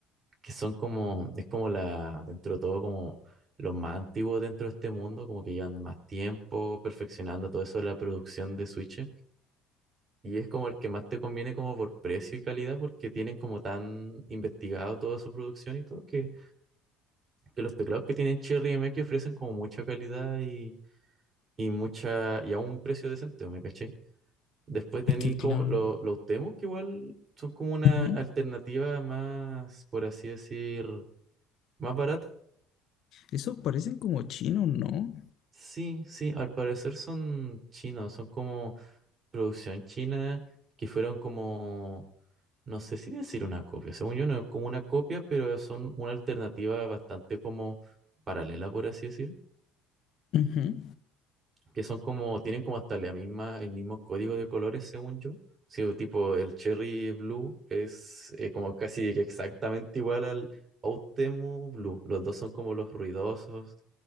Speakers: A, on the right; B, on the left.
A: que son como, es como la, dentro de todo, como los más antiguos dentro de este mundo, como que llevan más tiempo perfeccionando todo eso de la producción de Switch. Y es como el que más te conviene como por precio y calidad, porque tienen como tan investigado toda su producción y todo, que, que los teclados que tienen Cherry MX ofrecen como mucha calidad y, y mucha, y a un precio decente, ¿me caché? Después tenéis
B: Es que claro.
A: como lo- los demos, que igual son como una
B: Ujú.
A: alternativa más, por así decir, más barata.
B: Esos parecen como chinos, ¿no?
A: Sí, sí, al parecer son chinos, son como producción china, que fueron como, no sé si decir una copia, según yo no es como una copia, pero son una alternativa bastante como paralela, por así decir.
B: Ujú.
A: que son como, tienen como hasta la misma, el mismo código de colores, según yo. Sí, o tipo el Cherry Blue es eh, como casi que exactamente igual al Outemu Blue. Los dos son como los ruidosos